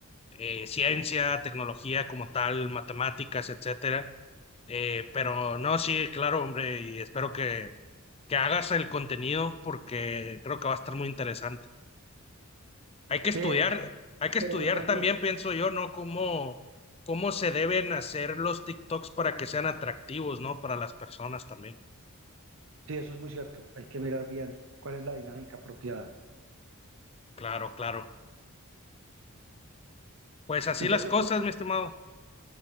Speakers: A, on the left (about 25°); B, on the right (about 60°).
A: eh, ciencia, tecnología como tal, matemáticas, etcétera. Eh, pero no, sí, claro, hombre, y espero que, que hagas el contenido porque creo que va a estar muy interesante. Hay que estudiar,
B: Sí, eso,
A: hay que
B: pero
A: estudiar
B: yo también.
A: también, pienso yo, ¿no? Cómo, cómo se deben hacer los TikToks para que sean atractivos, ¿no? Para las personas también.
B: Sí, eso es muy cierto. Hay que mirar bien cuál es la dinámica apropiada.
A: Claro, claro. Pues así
B: Entonces
A: las cosas,
B: yo creo
A: mi estimado.